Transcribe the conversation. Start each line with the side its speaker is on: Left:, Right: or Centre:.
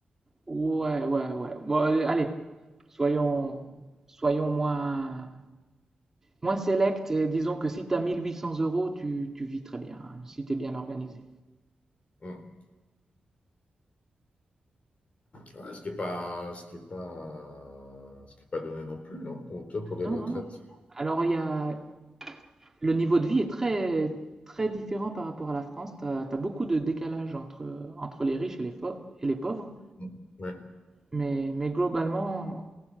Right: Ouais, ouais, ouais. Bon, allez, allez. soyons, soyons moins, moins select et disons que si tu as 1800 euros, tu, tu vis très bien, hein, si tu es bien organisé.
Left: Hum. Ouais, Ce qui n'est pas, ce qui est pas, ce qui est pas donné non plus, non Pour toi, pour des retraites.
Right: Non, non, non. Alors, il y a, Le niveau de vie est très, très différent par rapport à la France. Tu as, beaucoup de décalage entre, entre les riches et les, et les pauvres.
Left: Hum. Ouais,
Right: Mais, mais globalement,